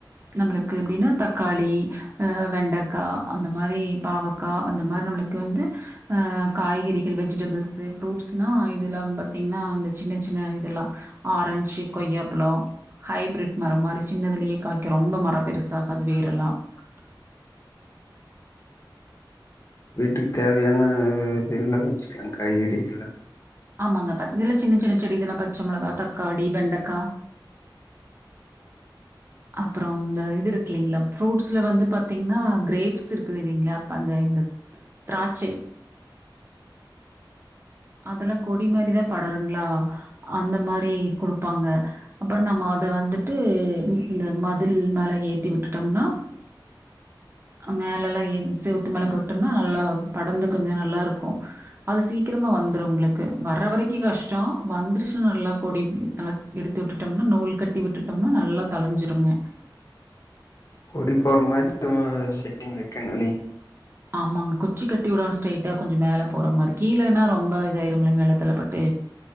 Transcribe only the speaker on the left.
செம்பருத்தி
வீட்டுக்கு தேவையான இதுகள்ல்லா வச்சுக்கலா காய்கறிகள்லா
கொடி போற மாரி நம்ம செட்டிங் வைக்குணுலி